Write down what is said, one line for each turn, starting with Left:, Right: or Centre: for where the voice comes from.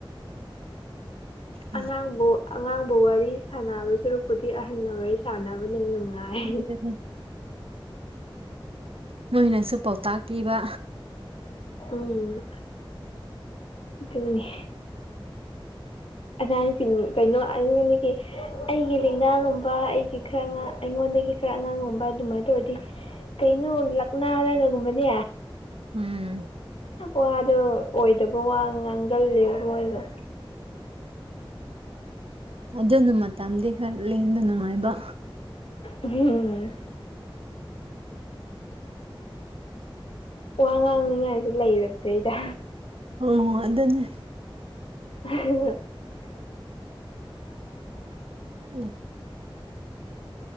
Right: <inaudible>
Left: ꯑꯉꯥꯡꯕꯨ ꯑꯉꯥꯡꯕꯨ ꯋꯥꯔꯤ ꯁꯥꯟꯅꯕ ꯁꯨꯔꯛꯄꯨꯗꯤ ꯑꯍꯟꯅ ꯋꯥꯔꯤ ꯁꯥꯟꯅꯕꯅ ꯅꯨꯡꯉꯥꯏ
Right: ꯑꯗꯨꯗꯤ ꯃꯣꯏꯅꯁꯨ ꯄꯥꯎꯇꯥꯛ ꯄꯤꯕ
Left: ꯎꯝ ꯇꯨꯅꯤ ꯑꯉꯥꯡꯁꯤꯡ ꯀꯩꯅꯣ ꯑꯩꯉꯣꯟꯗꯒꯤ ꯑꯩꯒꯤ ꯂꯦꯡꯅꯥꯒꯨꯝꯕ ꯑꯩꯒꯤ ꯈꯔ ꯑꯩꯉꯣꯟꯗ ꯑꯗꯒꯤ ꯈꯔ ꯑꯉꯥꯡꯒꯨꯝꯕ ꯑꯗꯨꯃꯥꯏꯅ ꯇꯧꯔꯗꯤ ꯀꯩꯅꯣ ꯂꯛꯅꯥꯔꯒꯒꯨꯝꯕꯅꯦ
Right: ꯎꯝ
Left: ꯋꯥꯗꯣ ꯑꯣꯏꯗꯕ ꯋꯥ ꯉꯥꯡꯒꯜꯂꯦꯕ ꯃꯣꯏꯗꯣ
Right: ꯑꯗꯨꯅ ꯃꯇꯝꯗꯤ ꯈꯔ ꯂꯦꯟꯕ ꯅꯨꯡꯉꯥꯏꯕ
Left: ꯎꯝ ꯋꯥ ꯉꯥꯡꯅꯤꯉꯥꯏꯁꯨ ꯂꯩꯔꯛꯇ꯭ꯔꯦꯗ
Right: ꯑꯣ ꯑꯗꯨꯅꯦ
Left: <unintelligible> <inaudible>
Right: ꯎꯝ